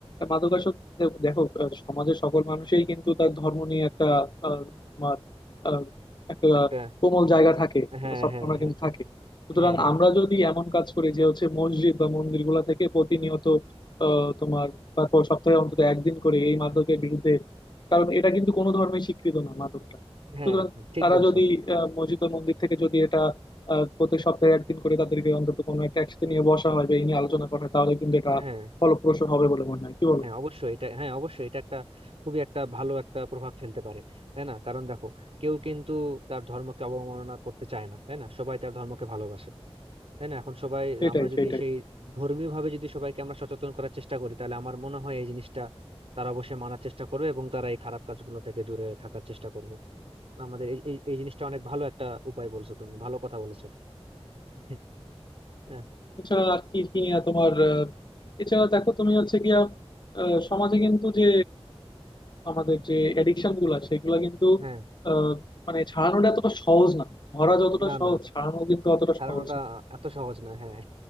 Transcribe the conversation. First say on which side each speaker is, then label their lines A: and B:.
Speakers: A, on the left; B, on the right.
A: মাদকাসক্ত দে- দেখো আহ, সমাজের সকল মানুষই কিন্তু তার ধর্ম নিয়ে একটা আহ, তোমার আহ, একটা
B: একটা
A: কোমল জায়গা থাকে
B: হ্যাঁ
A: একটা সবকণা
B: হ্যাঁ হ্যাঁ
A: কিন্তু থাকে সুতরাং
B: হ্যাঁ হ্যাঁ
A: আমরা যদি এমন কাজ করি যে হচ্ছে মসজিদ বা মন্দিরগুলো থেকে প্রতিনিয়ত আহ, তোমার বা প- সপ্তাহে অন্তত একদিন করে এই মাদকের বিরুদ্ধে কারণ এটা কিন্তু কোনো ধর্মেই স্বীকৃত না মাদকটা
B: হ্যাঁ
A: সুতরাং
B: হ্যাঁ, ঠিক
A: তারা
B: বলছো
A: যদি আহ, মসজিদ ও মন্দির থেকে যদি এটা আহ, প্রত্যেক সপ্তাহে একদিন করে তাদেরকে অন্তত কোনো একটা একসাথে নিয়ে বসা হয় বা এই নিয়ে আলোচনা করা হয় তাহলে কিন্তু এটা
B: হ্যাঁ
A: ফলপ্রসূ হবে বলে মনে হয় কি বলো
B: হ্যাঁ অবশ্যই এটা হ্যাঁ অবশ্যই এটা একটা খুবই একটা ভালো একটা প্রভাব ফেলতে পারে তাই না কারণ দেখো কেউ কিন্তু তার ধর্মকে অবমাননা করতে চায় না তাই না সবাই তার ধর্মকে ভালোবাসে তাই না এখন সবাই
A: সেটাই
B: আমরা যদি
A: সেটাই
B: সেই ধর্মীয় ভাবে যদি সবাইকে আমরা সচেতন করার চেষ্টা করি তাহলে আমার মনে হয় এই জিনিসটা তারা অবশ্যই মানার চেষ্টা করবে এবং তারা এই খারাপ কাজগুলো থেকে দূরে থাকার চেষ্টা করবে আমাদের এই এই এই জিনিসটা অনেক ভালো একটা উপায় বলছো তুমি ভালো কথা বলেছো <laughs> হ্যাঁ
A: এছাড়া আর কি কি নিয়ে তোমার আহ, এছাড়া দেখো তুমি হচ্ছে গিয়া আহ, সমাজে কিন্তু যে আমাদের যে এডিকশন গুলা সেগুলা কিন্তু
B: হ্যাঁ
A: আহ, মানে ছাড়ানোটা এতটা সহজ না ধরা যতটা
B: না
A: সহজ
B: না
A: ছাড়ানো কিন্তু অতটা
B: ছাড়ানোটা
A: সহজ না
B: এত সহজ না হ্যাঁ